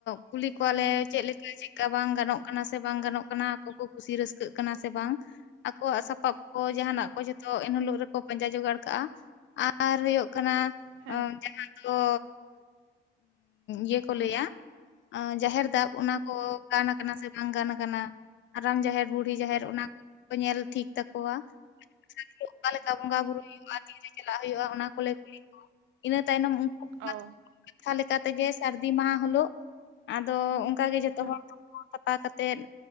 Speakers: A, on the left; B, on the right.
A: ᱠᱩᱞᱤ ᱠᱚᱣᱟᱞᱮ
B: ᱦᱮᱸ
A: ᱪᱮᱫ ᱞᱮ ᱛᱚ ᱪᱮᱫᱠᱟ ᱵᱟᱝ ᱜᱟᱱᱚᱜ ᱠᱟᱱᱟ ᱥᱮ ᱵᱟᱝ ᱜᱟᱱᱚᱜ ᱠᱟᱱᱟ ᱟᱠᱚ ᱠᱚ ᱠᱩᱥᱤ ᱨᱟᱹᱥᱠᱟᱹᱜ ᱠᱟᱱᱟ ᱥᱮ ᱵᱟᱝ ᱟᱠᱚᱣᱟᱜ ᱥᱟᱯᱟᱵ ᱠᱚ ᱡᱟᱦᱟᱱᱟᱜ ᱚ ᱡᱷᱚᱛᱚ ᱮᱱ ᱦᱚᱞᱳᱜ ᱨᱮᱠᱚ ᱯᱟᱸᱡᱟ ᱡᱚᱜᱟᱲ ᱠᱟᱜᱼᱟ ᱟᱨ ᱦᱩᱭᱩᱜ ᱠᱟᱱᱟ
B: ᱦᱮᱸ
A: ᱡᱟᱦᱟᱸ ᱛᱚ ᱤᱭᱟᱹ ᱠᱚ ᱞᱟᱹᱭᱟ ᱚ ᱡᱟᱦᱮᱨ ᱫᱟᱵ ᱚᱱᱟ ᱠᱚ ᱜᱟᱱ ᱟᱠᱟᱱᱟ ᱥᱮ ᱵᱟᱝ ᱜᱟᱱ ᱟᱠᱟᱱᱟ ᱦᱟᱲᱟᱢ ᱡᱟᱦᱮᱨ ᱵᱩᱰᱦᱤ ᱡᱟᱦᱮᱨ ᱚᱱᱟ ᱠᱚ ᱠᱚ ᱧᱮᱞ ᱴᱷᱤᱠ ᱛᱟᱠᱚᱣᱟ ᱟᱪᱪᱷᱟ ᱚᱠᱟ ᱞᱮᱠᱟ ᱵᱚᱸᱜᱟ ᱵᱩᱨᱩ ᱦᱩᱭᱩᱜᱼᱟ ᱛᱤ ᱨᱮ ᱪᱟᱞᱟᱜ ᱦᱩᱭᱩᱜᱼᱟ ᱚᱱᱟ ᱠᱚᱞᱮ ᱠᱩᱞᱤ ᱠᱚᱣᱟ ᱤᱱᱟᱹ ᱛᱟᱭᱱᱚᱢ ᱩᱱ
B: ᱚ
A: ᱠᱟᱛᱷᱟ ᱞᱮᱠᱟ ᱛᱮᱜᱮ ᱥᱟᱨᱫᱤ ᱢᱟᱦᱟ ᱦᱤᱞᱚᱜ ᱟᱫᱚ ᱚᱱᱠᱟ ᱜᱮ ᱡᱚᱛᱚ
B: ᱦᱮᱸ
A: ᱦᱚᱲ ᱛᱚᱯᱳ ᱥᱟᱯᱷᱟ ᱠᱟᱛᱮᱫ